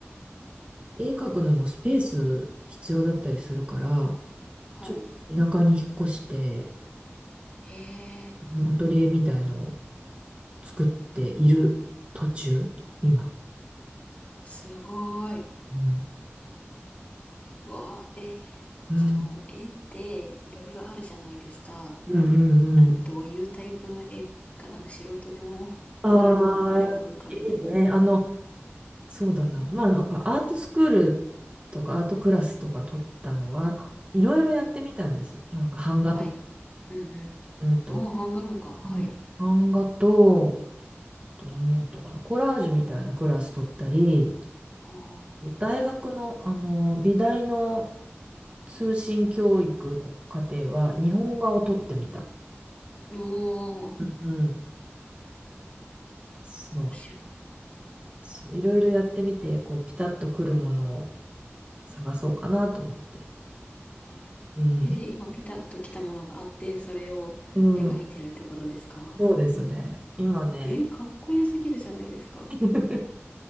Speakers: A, on the right; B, on the left.
A: 絵描くのもスペース必要だったりするから、
B: はい。
A: ちょっと田舎に引っ越して、
B: へえ。
A: うんアトリエみたいのを作っている途中、今。
B: すごい。
A: うん。
B: うわー、え、
A: うん
B: その、絵っていろいろあるじゃないですか。
A: うんうんうん。
B: あの、どういうタイプの絵か、あの、素人でも <laughs> わかるものがあれば伺いたいです。
A: ああ、いいね。あの、そうだな。まあ、なんかアートスクールとかアートクラスとか取ったのは、
B: はい。
A: いろいろやってみたんです。なんか版画とか、
B: はい。うんうん。
A: うんと、
B: おー、版画もか。はい。
A: うん版画と、あと何やったかな、コラージュみたいなクラス取ったり、
B: ああ。
A: 大学の、あの、美大の通信教育の課程は日本画を取ってみた。
B: おー、
A: うんうん。そう、
B: 面白い。
A: そう、いろいろやってみて、こう、ピタッとくるものを探そうかなと思って。
B: はい。
A: うん。
B: え、
A: ね
B: で、今ピタッと来たものがあって、それを描いてるってことですか
A: うん。そうですね。今ね、
B: え、かっこよすぎるじゃないですか。
A: <laughs>